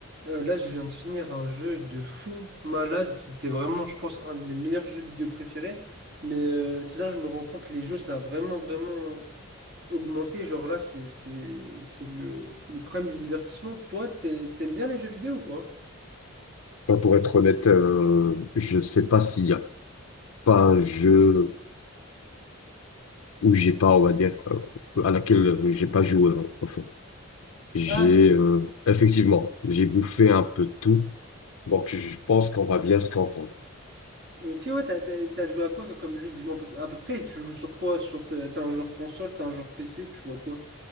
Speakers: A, on the right; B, on the left.
A: Euh, là, je viens de finir un jeu de fou malade. C'était vraiment, je pense, un de mes meilleurs jeux vidéo préférés. Mais euh, c'est là que je me rends compte que les jeux, ça a vraiment, vraiment augmenté. Genre là, c'est, c'est, c'est le, le prime du divertissement. Toi, t'es- t'aimes bien les jeux vidéo ou quoi?
B: Bah, pour être honnête, euh, je sais pas s'il y a pas un jeu où j'ai pas, on va dire, euh, à laquelle j'ai pas joué, euh, en fait. J'ai,
A: Ah,
B: euh, effectivement, j'ai bouffé un peu de tout, donc je pense qu'on va bien se comprendre.
A: ok, ouais, t'as, t'as- t'as joué à quoi comme jeu? Dis-moi à peu, à peu près. Et tu joues sur quoi? Sur, t'as un joueur console, t'as un joueur PC, tu joues à quoi?